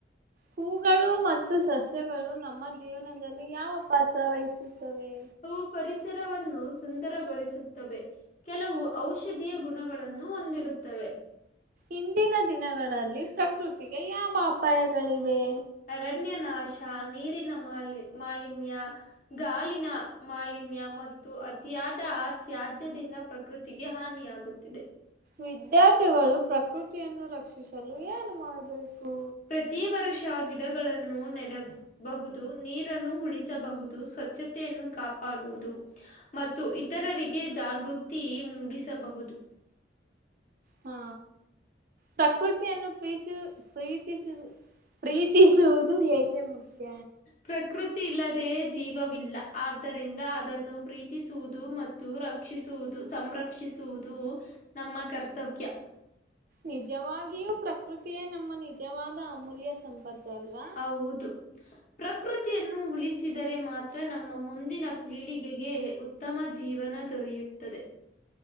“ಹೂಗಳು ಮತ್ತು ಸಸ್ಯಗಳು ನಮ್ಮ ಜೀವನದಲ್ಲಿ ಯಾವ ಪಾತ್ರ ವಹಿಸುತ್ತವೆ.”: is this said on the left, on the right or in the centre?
Right